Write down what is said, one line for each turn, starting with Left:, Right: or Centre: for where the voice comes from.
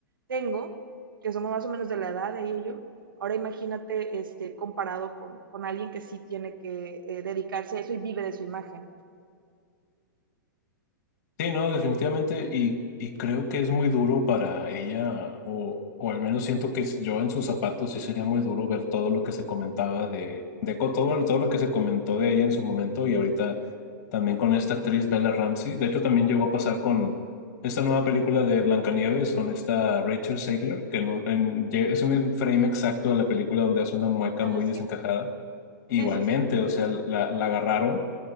Right: tengo, que somos más o menos de la edad de ella y yo. Ahora imagínate, este, comparado con, con alguien que sí tiene que eh, dedicarse a eso y vive de su imagen.
Left: Sí, no, definitivamente, y, y creo que es muy duro para ella, o, o al menos siento que yo en sus zapatos sí sería muy duro ver todo lo que se comentaba de, de co- todo, todo lo que se comentó de ella en su momento y ahorita también con esta actriz Bella Ramsey. De hecho, también llegó a pasar con esta nueva película de Blancanieves con esta Rachel Zegler, que en un- en- lle- es un frame exacto de la película donde hace una mueca
Right: Ah,
Left: muy
Right: sí,
Left: desencajada. Igualmente,
Right: sí, sí, sí,
Left: o sea, la la agarraron.